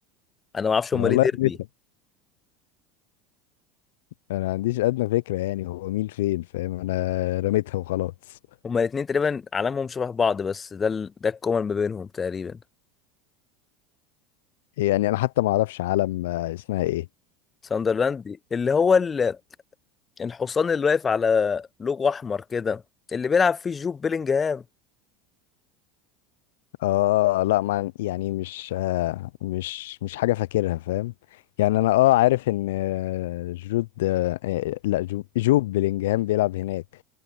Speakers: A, on the left; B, on the left.
A: انا ما اعرفش هما
B: أنا والله
A: ليه ديربي
B: رميتها أنا ما عنديش أدنى فكرة يعني هو مين فين فاهم أنا رميتها وخلاص
A: هما الاثنين تقريبا علامهم شبه بعض بس ده ال... ده الكومن ما بينهم تقريبا
B: يعني أنا حتى ما أعرفش علم آه، اسمها إيه
A: ساندرلاند اللي هو ال... الحصان اللي واقف على لوجو احمر كده اللي بيلعب فيه جوب بيلينجهام
B: اه لا ما يعني مش آه مش مش حاجة فاكرها فاهم يعني انا اه عارف ان آه، جود آه آه، لا جو- جوب بلينجهام بيلعب هناك